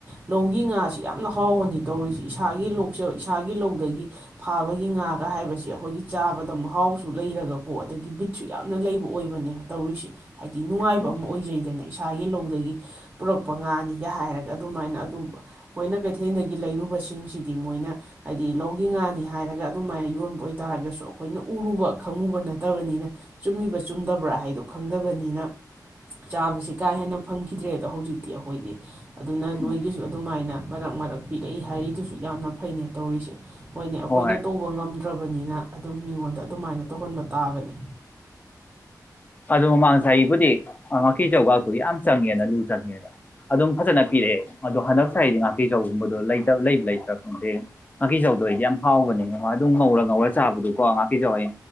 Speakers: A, on the right (about 25°); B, on the left (about 25°).
A: ꯂꯧꯒꯤ ꯉꯥꯁꯤ ꯌꯥꯝꯅ ꯍꯥꯎꯕꯅꯤ ꯇꯧꯔꯤꯁꯤ ꯏꯁꯥꯒꯤ ꯂꯣꯛꯆ ꯏꯁꯥꯒꯤ ꯂꯧꯗꯒꯤ ꯐꯥꯕꯒꯤ ꯉꯥꯒ ꯍꯥꯏꯕꯁꯤ ꯑꯩꯈꯣꯏꯒꯤ ꯆꯥꯕꯗ ꯃꯍꯥꯎꯁꯨ ꯂꯩꯔꯒꯀꯣ ꯑꯗꯒꯤ ꯕꯤꯠꯁꯨ ꯌꯥꯝꯅ ꯂꯩꯕ ꯑꯣꯏꯕꯅꯦ ꯇꯧꯔꯤꯁꯦ ꯍꯥꯏꯗꯤ ꯅꯨꯡꯉꯥꯏꯕ
B: ꯎꯝ
A: ꯑꯃ ꯑꯣꯏꯖꯩꯗꯅ ꯏꯁꯥꯒꯤ ꯂꯧꯗꯒꯤ ꯄꯨꯔꯛꯄ ꯉꯥꯅꯤ ꯒ ꯍꯥꯏꯔꯒ ꯑꯗꯨꯃꯥꯏꯅ ꯑꯗꯨ ꯑꯩꯈꯣꯏꯅ ꯀꯩꯊꯦꯜꯗꯒꯤ ꯂꯩꯔꯨꯕꯁꯤꯡꯁꯤꯗꯤ ꯃꯣꯏꯅ ꯍꯥꯏꯗꯤ ꯂꯧꯒꯤ ꯉꯥꯅꯤ ꯍꯥꯏꯔꯒ ꯑꯗꯨꯃꯥꯏꯅ ꯌꯣꯟꯕ ꯑꯣꯏꯇꯥꯔꯒꯁꯨ ꯑꯩꯈꯣꯏꯅ ꯎꯔꯨꯕ ꯈꯪꯉꯨꯕ ꯅꯠꯇꯕꯅꯤꯅ ꯆꯨꯝꯃꯤꯕꯥ ꯆꯨꯝꯗꯕ꯭ꯔꯥ ꯍꯥꯏꯗꯣ ꯈꯪꯗꯕꯅꯤꯅ ꯆꯥꯕꯁꯤ ꯀꯥ ꯍꯦꯟꯅ ꯐꯪꯈꯤꯗ꯭ꯔꯦ ꯑꯗꯣ ꯍꯧꯖꯤꯛꯇꯤ ꯑꯩꯈꯣꯏꯗꯤ ꯑꯗꯨꯅ ꯅꯣꯏꯒꯤꯁꯨ
B: ꯎꯝ
A: ꯑꯗꯨꯃꯥꯏꯅ ꯃꯔꯛ ꯃꯔꯛ ꯄꯤꯔꯛꯏ ꯍꯥꯏꯔꯤꯗꯨꯁꯨ ꯌꯥꯝꯅ ꯐꯩꯅꯦ ꯇꯧꯔꯤꯁꯦ ꯍꯣꯏꯅꯦ ꯑꯩꯈꯣꯏꯅ
B: ꯍꯣꯏ
A: ꯇꯧꯕ ꯉꯝꯗꯦ ꯠꯇ꯭ꯔꯕꯅꯤꯅ ꯑꯗꯨꯝ ꯃꯤꯉꯣꯟꯗ ꯑꯗꯨꯃꯥꯏꯅ ꯇꯧꯍꯟꯕ ꯇꯥꯕꯅꯤ
B: ꯑꯗꯨꯗꯣ ꯃꯃꯥꯡ ꯆꯍꯤꯕꯨꯗꯤ ꯉꯥꯀꯤꯆꯧꯒꯥꯛꯇꯨ ꯌꯥꯝ ꯆꯪꯉꯦꯅ ꯂꯨ ꯆꯪꯉꯦꯗ ꯑꯗꯨꯝ ꯐꯖꯅ ꯄꯤꯔꯛꯑꯦ ꯑꯗꯣ ꯍꯟꯗꯛ ꯆꯍꯤ ꯑꯩꯗꯤ ꯉꯥꯀꯀꯤꯆꯧꯒꯨꯝꯕꯗꯣꯇ ꯂꯩꯕ ꯂꯩꯇ꯭ꯔꯥ ꯈꯪꯗꯦ ꯉꯥꯀꯤꯆꯧꯗꯣ ꯑꯩꯗꯤ ꯌꯥꯝ ꯍꯥꯎꯕꯅꯦ ꯑꯗꯨꯝ ꯉꯧꯔ ꯉꯧꯔ ꯆꯥꯕꯗꯨꯀꯣ ꯉꯥꯀꯤꯆꯧ ꯑꯩ